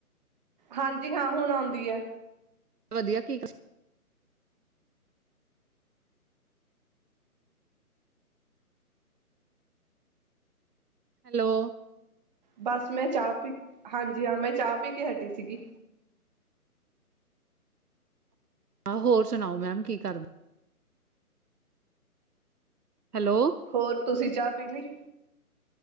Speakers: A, on the right; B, on the right.
A: ਹਾਂਜੀ ਹਾਂ, ਹੁਣ ਆਉਂਦੀ ਏ
B: ਵਧੀਆ, ਕੀ ਦ ਹੈਲੋ
A: ਬਸ ਮੈਂ ਚਾਹ ਪੀ, ਹਾਂਜੀ ਹਾਂ ਮੈਂ ਚਾਹ ਪੀ ਕੇ ਹਟੀ ਸੀਗੀ
B: ਹੋਰ ਸੁਣਾਓ ਮੈਮ, ਕੀ ਕਰਦੇ ਹੈਲੋ
A: ਹੋਰ ਤੁਸੀਂ ਚਾਹ ਪੀ ਲੀ।